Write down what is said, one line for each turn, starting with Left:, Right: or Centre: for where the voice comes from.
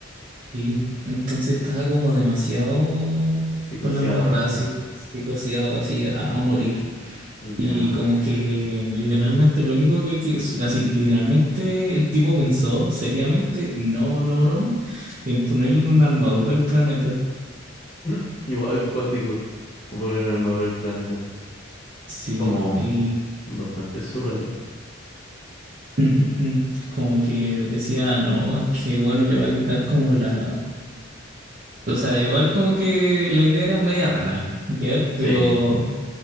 Right: Sí, entonces estaba como demasiado
Left: psicoseado,
Right: con la embarrada,
Left: así.
Right: así, psicoseado así a, a morir. Y
Left: Ya.
Right: como que literalmente lo único que, que es- así, literalmente el tipo pensó seriamente, y no, no broma, en ponerle una armadura al planeta.
Left: <laughs> Igual cuático, como poner una armadura al planeta.
Right: Sí,
Left: Como
Right: y
Left: bastante surreal.
Right: <laughs> como que decía, no, es que bueno, le va a quitar como la... O sea, igual como que la idea era media rara, ¿ya?
Left: Sí.
Right: Pero